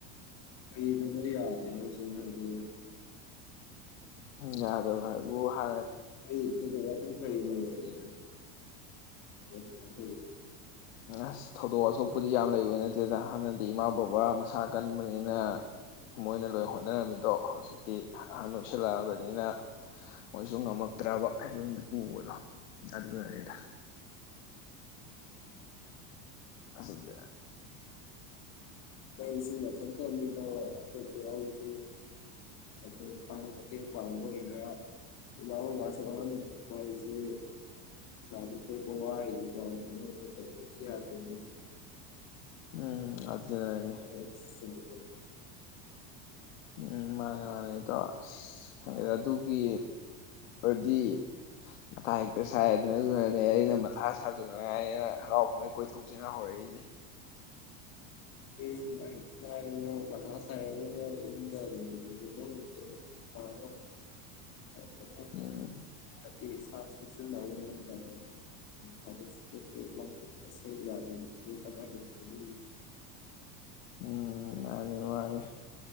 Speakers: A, on the left (about 40°); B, on the left (about 85°).
A: ꯀꯗ ꯅꯣꯏ ꯌꯥꯗꯦ ꯍꯥꯏꯁꯨ ꯍꯥꯏꯗꯤ
B: ꯌꯥꯗꯕ ꯍꯏꯕꯨ ꯍ
A: ꯀꯔꯤ ꯊꯗꯣꯛ ꯋꯥꯊꯣꯛ ꯀꯔꯤ ꯂꯩꯒꯦ <inaudible>
B: ꯑꯁ ꯊꯧꯗꯣꯛ ꯋꯥꯊꯣꯛꯄꯨꯗꯤ ꯌꯥꯝ ꯂꯩꯕ ꯅꯠꯇꯦꯗ ꯍꯥꯟꯅꯗꯤ ꯏꯃꯥ ꯕꯕꯥ ꯃꯁꯥ ꯀꯟꯕꯅꯤꯅ ꯃꯣꯏꯅ ꯂꯣꯏ ꯍꯣꯠꯅꯔꯝꯃꯤꯗꯣ ꯍꯧꯖꯤꯛꯇꯤ ꯑꯍꯟ ꯑꯣꯏꯁꯜꯂꯛꯑꯕꯅꯤꯅ ꯃꯣꯏꯁꯨ ꯉꯝꯃꯛꯇ꯭ꯔꯕ ꯌꯨꯝꯒꯤ ꯄꯨꯕꯗꯣ ꯑꯗꯨꯗꯅꯤꯗ ꯄꯁꯤꯗ
A: ꯅꯡꯁꯨ ꯅꯊꯟꯇꯅꯤ ꯏꯇꯧ ꯑꯇꯣꯞꯄ ꯌꯥꯎꯕꯁꯨ ꯇꯠꯇꯦ <unintelligible> ꯏꯃꯥ ꯕꯕꯥꯁꯨ ꯑꯍꯟ <unintelligible> ꯍꯥꯏꯁꯦ ꯁꯥꯗꯤ ꯊꯣꯛꯄ ꯋꯥꯔꯤꯅꯤꯗꯣ <unintelligible> ꯌꯥꯗꯦ
B: ꯎꯝ ꯑꯗꯨꯅꯅꯤ
A: <unintelligible>
B: ꯎꯝ ꯃꯥꯅꯦ ꯃꯥꯅꯦ ꯏꯇꯥꯎ ꯑꯁ ꯈꯪꯗꯦꯗ ꯑꯗꯨꯒꯤ ꯔꯗꯤ ꯃꯊꯥ ꯍꯦꯛꯇ ꯁꯥꯏꯗꯅ ꯑꯗꯨꯅꯅꯦ ꯑꯩꯅ ꯃꯊꯥ ꯁꯥꯗꯅꯉꯥꯏꯅꯦꯅ ꯍꯔꯥꯎ ꯀꯨꯝꯍꯩ ꯀꯣꯏꯊꯣꯛ ꯁꯦꯅ ꯍꯧꯔꯛꯏꯁꯦ
A: <unintelligible> <unintelligible>
B: <unintelligible>
A: <unintelligible>
B: ꯎꯝ
A: <unintelligible>
B: ꯎꯝ ꯃꯥꯅꯦ ꯃꯥꯅꯦ